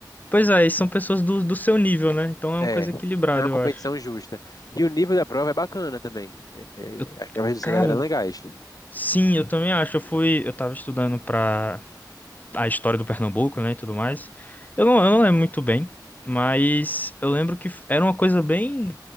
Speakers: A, on the left; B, on the left.
A: Pois é, e são pessoas do, do seu nível, né? Então é
B: É,
A: uma coisa equilibrada,
B: é uma competição
A: eu acho.
B: justa. E o nível da prova é bacana também. É, é,
A: Eu-
B: as provas do seriado
A: Cara,
B: eram legais.
A: sim, eu também acho. Eu fui, eu tava estudando pra a história do Pernambuco, né, e tudo mais. Eu não, eu não lembro muito bem, mas eu lembro que f- era uma coisa bem,